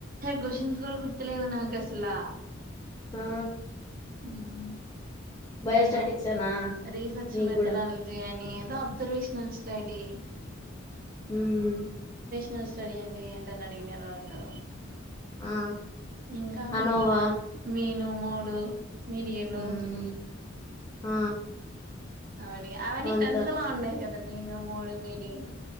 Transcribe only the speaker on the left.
ఆ
బయోస్టాటిక్సేనా
మీకు
గూడా
ఉమ్
ఆ
అనోవా
మ్మ్ ఆ
అవంతా